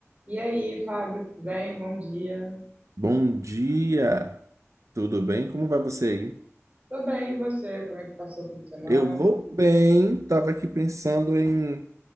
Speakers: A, on the right; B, on the right.
A: E aí, Fábio, tudo bem? Bom dia.
B: Bom dia, tudo bem? Como vai você aí?
A: Tô bem, e você? Como é que passou o fim de semana?
B: Eu vou bem, tava aqui pensando em